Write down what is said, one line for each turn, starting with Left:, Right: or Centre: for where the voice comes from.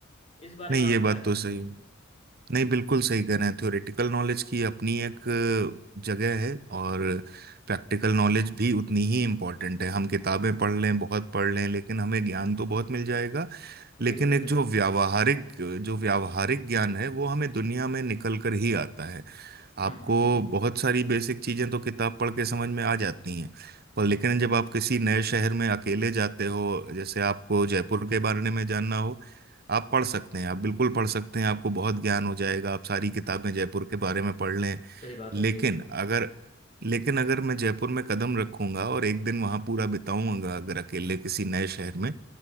Left: इस बारे
Right: नहीं
Left: में आप
Right: ये बात
Left: क्या कहना
Right: तो सही
Left: चाहेंगे
Right: है नहीं बिल्कुल सही कह रहे हैं थ्योरेटिकल नॉलेज की अपनी एक अ, जगह है और प्रैक्टिकल नॉलेज भी उतनी ही इम्पोर्टेंट है हम किताबें पढ़ लें बहुत पढ़ लें लेकिन हमें ज्ञान तो बहुत मिल जाएगा लेकिन
Left: बिल्कुल
Right: एक
Left: बिल्कुल
Right: जो
Left: बिल्कुल
Right: व्यावहारिक जो व्यावहारिक ज्ञान है वो हमें दुनिया में निकल कर ही आता है
Left: हम्म
Right: आपको
Left: हम्म
Right: बहुत सारी बेसिक चीजें तो किताब पढ़ के समझ में आ जाती हैं पर लेकिन जब आप किसी नए शहर में अकेले जाते हो जैसे आपको जयपुर के बारे में जानना हो आप पढ़ सकते हैं आप बिल्कुल पढ़ सकते हैं आपको बहुत ज्ञान हो जाएगा आप सारी किताबें जयपुर के बारे में पढ़ लें
Left: सही बात
Right: लेकिन
Left: है सही बात है
Right: अगर लेकिन अगर मैं जयपुर में कदम रखूंगा और एक दिन वहां पूरा बिताऊंगा अगर अकेले किसी नए शहर में